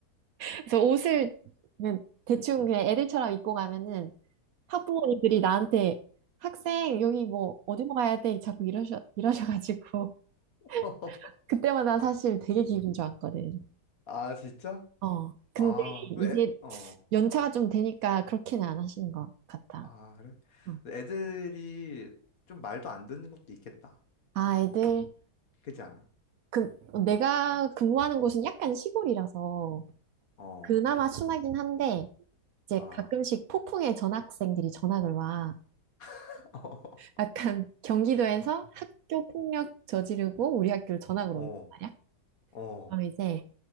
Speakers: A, on the right; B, on the left.
A: 그래서 옷을 그냥 대충 그냥 애들처럼 입고 가면은 학부모님들이 나한테 학생 여기 뭐 어디로 가야 돼? 자꾸 이러셔 이러셔가지고
B: <laughs>
A: <laughs> 그때마다 사실 되게 기분 좋았거든.
B: 아, 진짜?
A: 어, 근데
B: 아,
A: 이제
B: 왜, 애- 어.
A: 연차가 좀 되니까 그렇게는 안 하시는 것 같아.
B: 아, 그래?
A: 어.
B: 근데 애들이 좀 말도 안 듣는 것도 있겠다.
A: 아, 애들
B: 그렇지 않아?
A: 그 어, 내가 근무하는 곳은 약간 시골이라서
B: 어.
A: 그나마 순하긴 한데 이제
B: 아.
A: 가끔씩 폭풍에 전학생들이 전학을 와.
B: <laughs>
A: 약간 경기도에서 학교 폭력 저지르고 우리 학교를 전학을
B: 어.
A: 온 말이야.
B: 어.
A: 그럼 이제